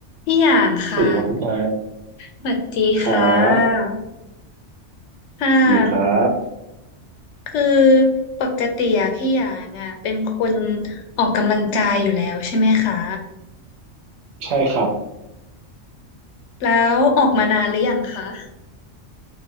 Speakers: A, on the left; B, on the right.
A: พี่อย่างค่ะ
B: สวัสดีครับคุณไล
A: สวัสดีค่ะ
B: ครับ
A: ค่ะ
B: ดีครับ
A: คือปกติอะพี่อย่างอะเป็นคนออกกำลังกายอยู่แล้วใช่ไหมคะ
B: ใช่ครับ
A: แล้วออกมานานหรือยังคะ